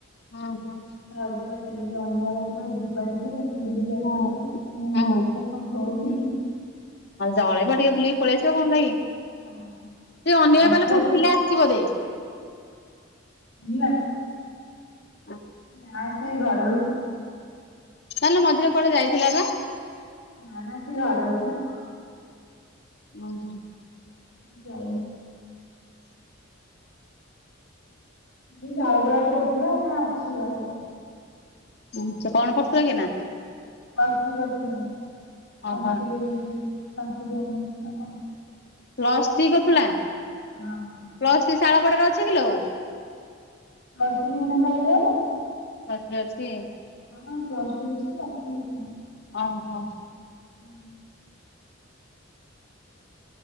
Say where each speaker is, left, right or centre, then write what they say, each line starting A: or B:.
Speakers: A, on the left (about 55°); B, on the left (about 75°).
A: ଆଁ ହଁ।
B: ରଜ ବାଟେଇଯିବା ନୂଆ କହୁଥିଲା ଯିବା ଟିକେ ବୁଲିକି ଆସିବା
A: ହୁଁ
B: ମୁଁ କହିନି
A: ହୁଁ
B: ଦେଖେ କଣ ହୋଉଛି?
A: ଜଳେଇବ ଟିକେ ବୁଲିକି ପଳେଇ ଆସିବ କଣ ହେଲାକି।
B: ହଁ
A: ସେ ଅନିବା
B: ବର୍ଷାଟା
A: ପାଲୋ କୋଉଠି
B: ସିନା
A: ଥିଲା ଆସିଚି ବୋଧେ।
B: ଅନିମା?
A: ହଁ।
B: ନା ସେ ଘରେ ରହୁଛି।
A: ତାହେଲେ ମଝିରେ କୁଆଡେ ଯାଇଥିଲା ପା?
B: ନା ନା ସେ ଘରେ ରହୁଛି ନା।
A: ଓହୋ।
B: ଯାଇନି। ଏଇ ଖାରବେଳରେ ପଢ଼ୁଥିଲା ଏଇନା ଅଛି ଘରେ।
A: ଆଛା କଣ ପଢ଼ୁଥିଲା କି ଏଇନା?
B: ପ୍ଲସ ଥ୍ରି କରୁଥିଲା।
A: ଓହୋ
B: ସାସଂକ୍ରିଟ ସାସଂକ୍ରିଟ ଅନର୍ସ ନା କଣ।
A: ପ୍ଲସ୍ ଥ୍ରୀ କରୁଥିଲା?
B: ହଁ।
A: ପ୍ଲସ୍ ଥ୍ରୀ ଶାଳପଡାରେ ଅଛି କିିଲୋ?
B: ପ୍ଲସ ଥ୍ରି ନାହିଁ ନା ସାଳପଡ଼ା ରେ।
A: ପ୍ଲସ ଥ୍ରି ଅଛି।
B: ହଁ ପ୍ଲସ ଟୁ ଅଛି ପ୍ଲସ ଥ୍ରୀ ଅଛି।
A: ହଁ ହଁ।
B: ହୁଁ।